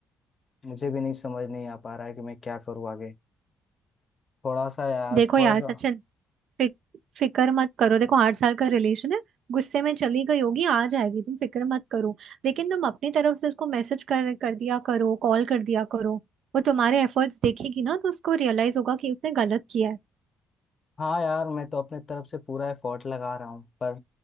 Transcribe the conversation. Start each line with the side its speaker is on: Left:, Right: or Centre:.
Left: मुझे भी नहीं समझ नहीं आ पा रहा है कि मैं क्या करूँ आगे थोड़ा सा यार
Right: देखो
Left: थोड़ा
Right: यार
Left: सा
Right: सचिन फिक, फिक्र मत करो देखो आठ साल का रिलेशन है गुस्से में चली गई होगी आ जाएगी तुम फिक्र मत करो लेकिन तुम अपनी तरफ से उसको मैसेज कर कर दिया करो कॉल कर दिया करो वो तुम्हारे एफर्ट्स देखेगी ना तो उसको रियलाइज होगा कि उसने गलत किया है
Left: हाँ यार मैं तो अपने तरफ से पूरा एफर्ट लगा रहा हूँ पर